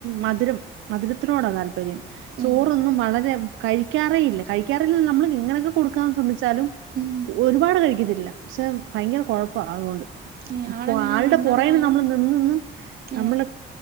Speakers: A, on the right; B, on the right.
A: മധുരം മധുരത്തിനോടാ താൽ പര്യം ചോറൊന്നും
B: ഉം
A: വളരെ കഴിക്കാറേ ഇല്ല കഴിക്കാറില്ല നമ്മ എങ്ങനെക്കെ കൊടുക്കാ ശ്രമി ച്ചാലും
B: ഉം
A: ഒര്പാട് കഴിക്കത്തില്ല. പക്ഷെ ഭയങ്കര കൊഴപ്പാ അതുകൊണ്ട്
B: ഏ
A: ഇപ്പൊ
B: ആളെങ്ങനെ
A: ആൾടെ
B: വണ്ണള്ള
A: പൊറേ
B: ആളാ
A: നമ്മൾ നി ന്ന്ന്ന് ന്ന്ന്ന് നമ്മള്
B: ഏ